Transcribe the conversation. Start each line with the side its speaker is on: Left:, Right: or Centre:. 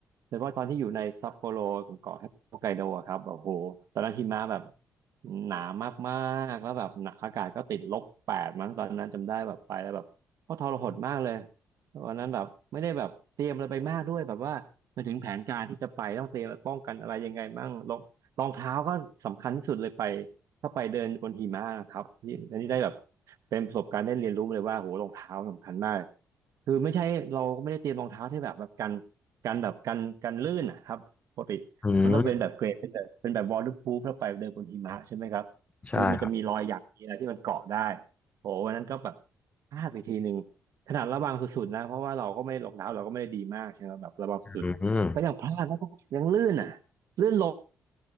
Right: แล้วก็ตอนที่อยู่ในซัปโปโรของเกาะฮอกไกโดอะครับแบบโหตอนนั้นหิมะแบบหนามากๆแล้วแบบหนักอากาศก็ติดลบแปดมั้งตอนนั้นจำได้แบบไปแล้วแบบก็ทรหดมากเลย วันนั้นแบบไม่ได้แบบเตรียมอะไรไปมากด้วยแบบว่ามนถึงแผนการที่จะไปต้องเตรียมป้องกันอะไรยังไงบ้างรองรองเท้าก็สำคัญที่สุดเลยไปถ้าไปเดินบนหิมะนะครับที่อันนี้ได้แบบเป็นประสบการณ์ได้เรียนรู้เลยว่าโหรองเท้าสำคัญมากคือไม่ใช่เราก็ไม่ได้เตรียมรองเท้าที่แบบแบบกันกันแบบกันกันลื่นนะครับปกติมันต้องเป็นแบบเกรดเป็นแบบเป็นแบบ
Left: อืม
Right: waterproof แล้วไปเดินบนหิมะใช่ไหมครับคือมันจะมีรอยหยักมีอะไรที่มันเกาะได้
Left: ใช่ครับ
Right: โหวันนั้นก็แบบพลาดไปทีหนึ่ง ขนาดระวังสุดๆนะเพราะว่าเราก็ไม่ล็อกดาวน์เราก็ไม่ได้ดีมากใช่ไหมแบบระวังสุดก็ยังพลาดแล้องยังลื่นอ่ะ
Left: อืม
Right: ลื่นล้